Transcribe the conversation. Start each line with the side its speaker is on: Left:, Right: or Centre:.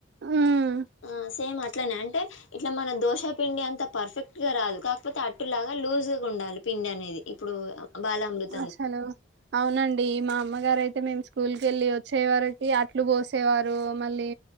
Right: హ్మ్
Left: ఆ సేమ్ అట్లనే అంటే ఇట్లా మన దోశ పిండి అంత పర్ఫెక్ట్ గా రాదు కాకపోతే అట్టు లాగా లూజ్ గా ఉండాలి పిండి అనేది ఇప్పుడు బాలామృత
Right: నచ్చలేవు అవునండి మా అమ్మగారైతే మేము స్కూల్కి వెళ్ళి వచ్చే వరకి అట్లు పోసేవారు మళ్ళీ